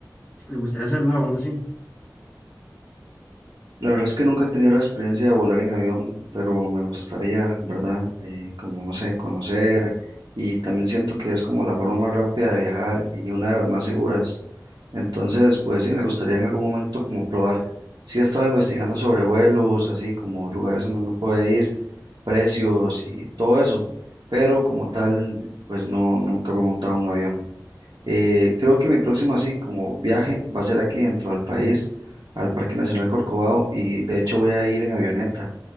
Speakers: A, in the centre; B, on the right.
A: ¿Le gustaría hacerla o algo así?
B: La verdad es que nunca he tenido la experiencia de volar en avión, pero me gustaría, ¿verdad? Eh, como, no sé, conocer y también siento que es como la forma más rápida de viajar y una de las más seguras. Entonces, pues sí, me gustaría en algún momento como probar. Sí he estado investigando sobre vuelos, así como lugares donde uno puede ir, precios y todo eso, pero como tal, pues no, nunca me he montado en un avión. Eh, creo que mi próximo así como viaje va a ser aquí dentro del país, al Parque Nacional Corcovado, y de hecho voy a ir en avioneta.